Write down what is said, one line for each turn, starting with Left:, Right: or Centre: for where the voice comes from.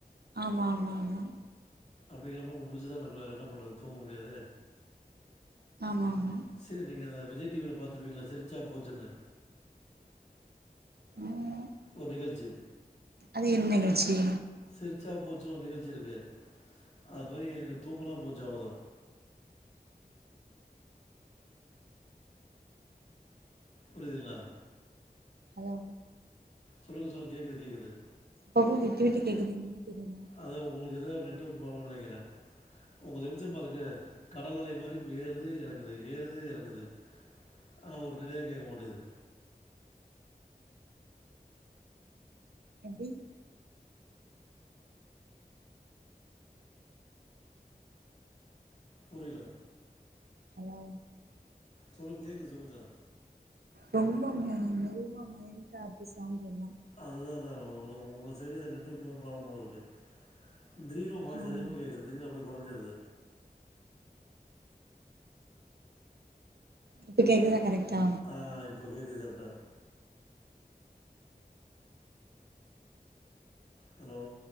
Right: ஆமாம்மாம்மா
Left: அப்டிங்கிறப்போ நம்ம முழுச்சுதா இருந்திர்க்ணு வேற என்ன பண்றது தூங்க முடியாது
Right: ஆமா ஆமா
Left: சேர் நீங்க அந்த விஜய் டி வி ல பாத்துருப்பீங்ள சிரிச்சா போச்சுனு
Right: ம்
Left: ஒரு நிகழ்ச்சி
Right: அது என் நிகழ்ச்சி
Left: சிரிச்சா போச்சுனு ஒரு நிகழ்ச்சி இருக்கு அது மாரி எனக்கு தூங்குனா போச்சு அவுளோதா புரிதுங்ளா
Right: ஹலோ
Left: சொல்லுங்க சொல்லுங்க கேக்குது கேக்குது
Right: அப்பப்ப விட்டு விட்டு கேக்குது என்னனே தெரில
Left: அதா உங்ளுக்கு எதோ நெட்வொர்க் ப்ராப்ளம் நெனைக்கிற உங்குள்து எப்டி தெரிமா இருக்கு கடல் அலை மாரி ஏறுது எறங்குது ஏறுது எறங்குது ஆனா ஒரு நிலையா கேக்க மாட்டேங்கிது
Right: எப்டி
Left: புரில
Right: ஹலோ
Left: சொல்லுங் கேக்கு சொல்லுங்க
Right: ரொம்ப மெ மெதுவா மைல்டா இருக்கு சவுண்டெல்லா
Left: அதேதா உங்குளுக் உங்க சைடு எதோ நெட்வொர்க்ல ப்ராப்ளம போல இருக்கு திடீர்னு வாய்ஸ்
Right: ஆமா
Left: அதிகமாகேக்குது திடீர்னு அப்டியே கொறஞ்சிர்து
Right: இப்ப கேக்குதா கரெக்ட்டா
Left: ஆ இப்போ கேக்குது கரெக்ட்டா ஹலோ